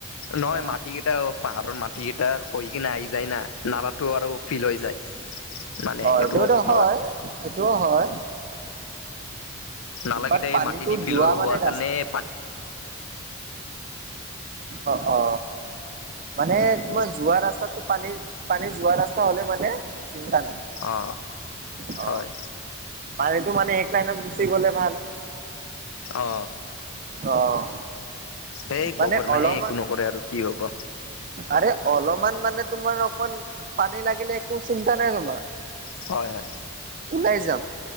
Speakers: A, on the left; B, on the right.
A: নহয়
B: অ',
A: মাটি কেইটাও পাহাৰৰ মাটি কেইটা সহি কিনে আহি যায় না, নালাটো আৰু ফিল হৈ যায়। মানে
B: অ
A: এইটোও
B: এইটোতো
A: কথা
B: হয়, এইটোও হয়।
A: নালাকেইটা
B: বাত পানীটো
A: এই মাটি দি ফিল
B: যোৱা মানে
A: হোৱাৰ
B: ৰাস্
A: কাৰণে পানী
B: অ, অ। মানে তোমাৰ যোৱা ৰাস্তাটো পানীৰ পানী যোৱা ৰাস্তা হলে মানে চিন্তা নাই,
A: অ
B: অ
A: হয়
B: পানীটো মানে এক লাইনত গুচি গ'লে ভাল।
A: অ,
B: অ',
A: এই
B: মানে
A: গভৰমেনে
B: অলপমান
A: একো নকৰে আৰু কি হ'ব?
B: আৰে অলমান মানে তোমাৰ অকন পানী লাগিলে একো চিন্তা নাই তোমাৰ।
A: হয়-হয়।
B: ওলাই যাম।